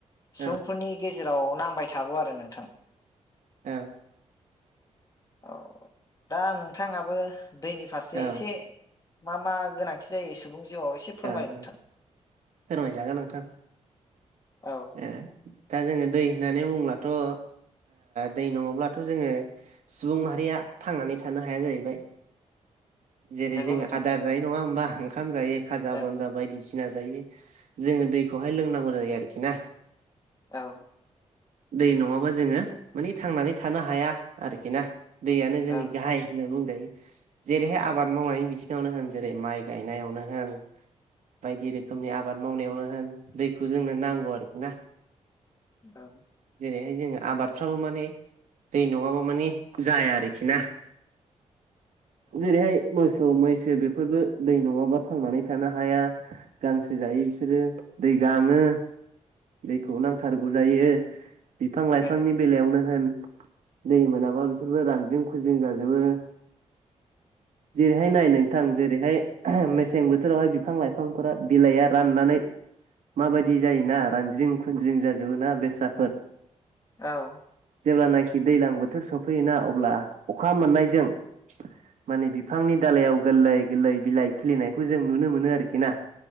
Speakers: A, on the right (about 80°); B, on the left (about 30°).
A: औ
B: सुबुंफोरनि गेजेराव नांबाय थागौ आरो नोंथां।
A: औ
B: औ दा नोंथांङाबो दैनि फारसे
A: औ
B: एसे मा मा गोनांथि जायो सुबुं जिउआव एसे फोरमायो
A: ओ फो-फोरमाय
B: नोंथां
A: जांगोन नोंथां
B: औ
A: ओ दा जोंङो दै होननानै बुंङोलाथ ओ दै नंङाब्लाथ जोंङो सुबुं माहारि या थांनानै थानो हाया जाहैबाय। जेरै
B: नंगौ
A: जोंङो
B: नोंथां
A: आदार जायो नंङा होमबा ओखाम जायो खाजा
B: औ
A: बनजा बायदिसि सिना जायो जोंङो दैखौहाय लोंनागौ जायो आरोखि ना ।
B: औ
A: दै नंङाबा जोंङो माने थांनानै थानो हाया आरोखि ना। दैयानो
B: औ
A: जोंनि गाहाय होनना बुंजायो जेरैहाय आब बाद मावनायनि बिथिंङावनो होन जेरै माइ गायनायावनो होन बायदि रोखोमनि आबाद मावनायावनो होन दैखौ जोंनो नांगौ आरोखि ना।
B: औ।
A: जेरै हाय जोंङो आबादफ्राबो माने दै नंङाबा माने जाया आरोखि ना। जेरै हाय मोस औ मैसो बेफोरबो दै नःङाबा थांनानै थानो हाया गांसो जायो बिसोरो दै गांङो दैखौ नांथारगौ जायो बिफां लाइफांनि
B: औ
A: बेलायावनो होन दै मोनाबा बिसोरबो रानजिं खुजिं जाजोबो। जेरै हाय नाय नोंथां जेरै हाय मेसें बोथोरावहाय बिफां लाइफांफोरा बिलाइआ राननानै माबायदि जायोना रानज्रिं खुनज्रिं जाजोबो ना बेस्राफोर
B: औ
A: जेब्लानाखि दैज्लां बोथोर सफैयोना अब्ला अखा मोननायजों ‌ मानि बिफांनि दालायाव गोरलै गोरलै बिलाइ खिलिनायखौ जों नुनो मोनो आरोखि ना